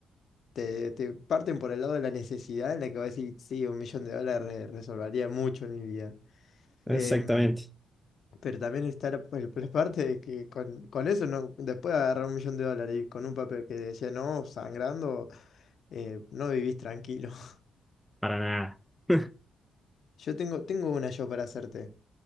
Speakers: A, on the left; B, in the centre.
A: te, te parten por el lado de la necesidad, en la que vas a decir, sí, un millón de dólares re- resolvería mucho en mi vida. Em,
B: Exactamente.
A: Pero también está la, el- la parte de que con, con eso no, después de agarrar un millón de dólares y con un papel que decía no, sangrando, eh, no vivís tranquilo. <laughs>
B: Para nada. <laughs>
A: Yo tengo, tengo una yo para hacerte.